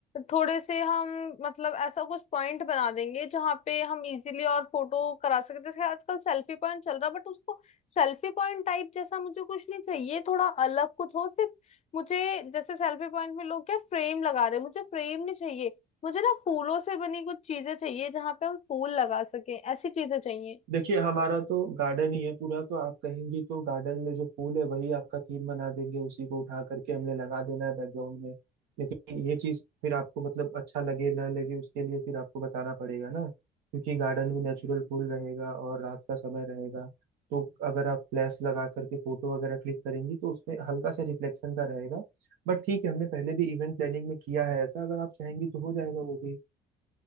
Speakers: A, on the left (about 40°); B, on the right (about 80°).
A: थोड़े से हम मतलब ऐसा कुछ पॉइंट बना देंगे जहाँ पे हम इजीली और फोटो करा सकते हैं। जैसे आजकल सेल्फी पॉइंट चल रहा है बट उसको सेल्फी पॉइंट टाइप जैसा मुझे कुछ नहीं चाहिए थोड़ा अलग कुछ हो सिर्फ मुझे जैसे सेल्फी पॉइंट में लोग क्या फ्रेम लगा रहे हैं मुझे फ्रेम नहीं चाहिए मुझे ना फूलों से बनी कुछ चीजें चाहिए जहाँ पे हम फूल लगा सकें ऐसी चीजें चाहिए
B: देखिए हमारा तो गार्डन ही है पूरा तो आप कहेंगी तो गार्डन में जो फूल है वही आपका थीम बना देंगे उसी को उठा करके हमने लगा देना है बैकग्राउंड में लेकिन ये चीज फिर आपको मतलब अच्छा लगे ना लगे उसके लिए फिर आपको बताना पड़ेगा ना क्योंकि गार्डन में नेचुरल फूल रहेगा और रात का समय रहेगा तो अगर आप फ्लैश लगा करके फोटो वगैरह क्लिक करेंगी तो उसमें हल्का सा रिफ्लेक्शन का रहेगा बट ठीक है हमने पहले भी इवेंट प्लानिंग में किया है ऐसा अगर आप चाहेंगी तो हो जाएगा वो भी